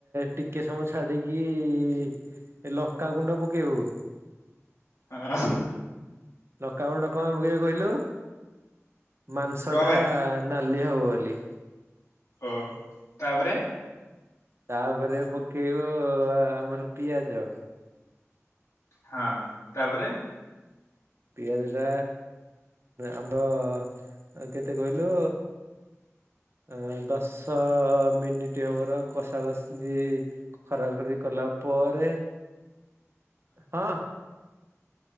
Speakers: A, on the right; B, on the left.
A: ଟିକେ ସମୟ ଛାଡିକି-ଇ ଏ ଲଙ୍କା ଗୁଣ୍ଡ ପକେଇବୁ।
B: ହଁ।
A: ଲଙ୍କାଗୁଣ୍ଡ କଣ ପକେୟା କହିଲୁ? ମାଂସଟା
B: କଣ ପାଇଁ?
A: ନାଲି ହବ ବୋଲି।
B: ଓ! ତା'ପରେ
A: ତା'ପରେ ପକେଇବୁ ଆମର ପିଆଜ।
B: ହଁ, ତା'ପରେ
A: ପିଆଜ ଟା ଆମର କେତେ କହିଲୁ-ଉ ଆଁ ଦଶ ମିନିଟ୍ ହବାର କଷା କଷି ଖରା ଘଡି କଲା ପରେ, ହଁ